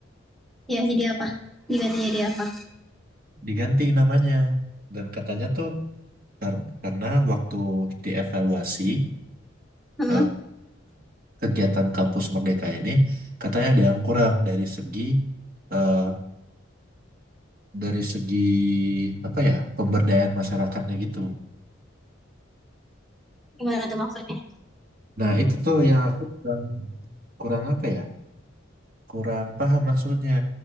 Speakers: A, in the centre; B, on the right.
A: Ya, jadi apa? Diganti jadi apa?
B: Diganti namanya. Dan katanya tuh kar- karena waktu dievaluasi
A: Hmm,
B: eh, kegiatan kampus Merdeka ini katanya ada yang kurang dari segi eh, dari segi apa ya pemberdayaan masyarakatnya gitu.
A: gimana tuh maksudnya?
B: Nah itu tuh yang aku kurang kurang apa ya kurang paham maksudnya.